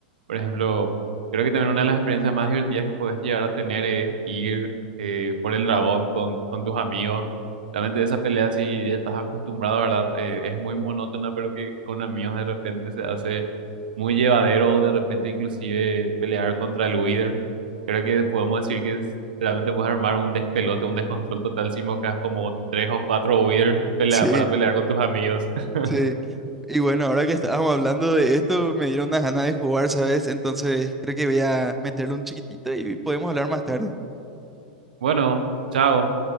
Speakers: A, on the right; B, in the centre.
A: Por ejemplo, creo que también una de las experiencias más divertidas que puedes llegar a tener es ir eh, por el dragón con, con tus amigos. Realmente esa pelea, si ya estás acostumbrado, ¿verdad? Eh, es muy monótona, pero que con amigos de repente se hace muy llevadero o de repente inclusive pelear contra el Wither. Creo que podemos decir que es- realmente puedes armar un despelote, un descontrol total si invocas como tres o cuatro Wither pelea,
B: <laughs> Sí,
A: para pelear con tus amigos. <laughs>
B: sí. Y bueno, ahora que estábamos hablando de esto, me dieron unas ganas de jugar, ¿sabes? Entonces creo que voy a meterle un chiquitito y podemos hablar más tarde.
A: Bueno, chao.